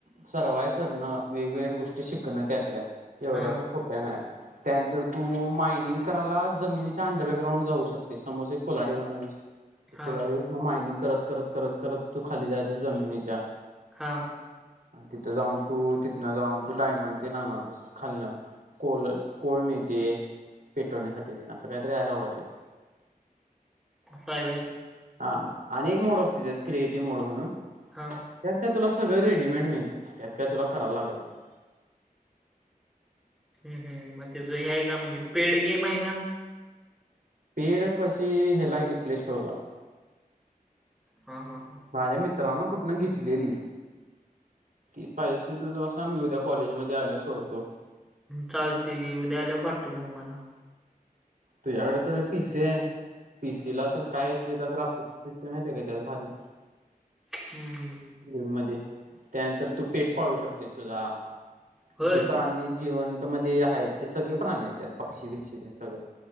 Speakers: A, on the right; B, in the centre.
A: सर्वाय करणं वेगवेगळ्या गोष्टी शिकणं त्यातल्या एवढ्या
B: हां,
A: पण सोप्या नाही त्यानंतर तू मायनिंग करायला जमिनीच्या अंडरग्राउंड जाऊ शकते समज एक कुल्हाडी बनवलीस ती
B: हां,
A: कुल्हाडी मग मायनिंग करत करत करत तू खाली जायच जमिनीच्या
B: हा
A: अन तिथं जाऊन तू तिथनं जाऊन तू डायमंड ते आनायच खालणं. कोळमे हे ते पेटवण्यासाठी असं काहीतरी आहे बाबा ते
B: काय व्हय
A: हा अनेक मोड असते त्यात क्रिएटिव्ह मोड म्हणून
B: हा
A: त्यात काय तुला सगळं रेडीमेड मिळते त्यात काय तुला कराव लागत नाही
B: हु हु मग त्याच हे आहे का म्हणजे पेड गेम आहे का
A: पेड पशी हेला घे प्लेस्टोरला
B: हा हा हा
A: माझ्या मित्रानं कुठनं घेतलेली की पाहिजे असली तर सांग तुला मी उद्या कॉलेज मध्ये आल्या सोडवतो
B: चालते गी उद्या आल्यावर पाठव मग मला
A: तुझ्याकडे तर पिसी आहे पिसीला तर काय केता ग्राफ सिस्टम येते काय त्यात भारी
B: हुं
A: गेम मध्ये त्यानंतर तू पेट पाळू शकतेस तुझा
B: होय?
A: जे प्राणी जिवंत मध्ये आहेत ते सगळे प्राणी आहेत पक्षी बिक्षी सगळं